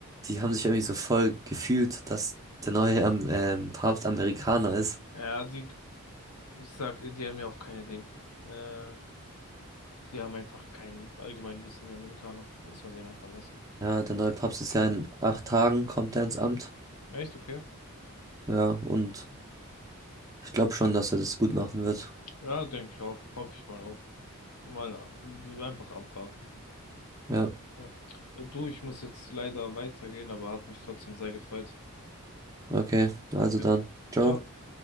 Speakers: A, on the right; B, on the left.
A: die haben sich irgendwie so voll gefühlt, dass der neue Am- ähm, Papst Amerikaner ist.
B: Ja, die, ich sag, die haben ja auch keine Ding. Äh, die haben einfach kein Allgemeinwissen, die Amerikaner. Muss man denen einfach lassen.
A: Ja, der neue Papst ist ja in acht Tagen, kommt er ins Amt.
B: Echt, okay?
A: Ja, und ich glaube schon, dass er das gut machen wird.
B: Ja, denke ich auch. Hoffe ich mal auch. Mal äh, einfach abwarten.
A: Ja,
B: Ja. Du, ich muss jetzt leider weitergehen, aber hat mich trotzdem sehr gefreut.
A: okay, also
B: Ja.
A: dann. Ciao.
B: Ciao.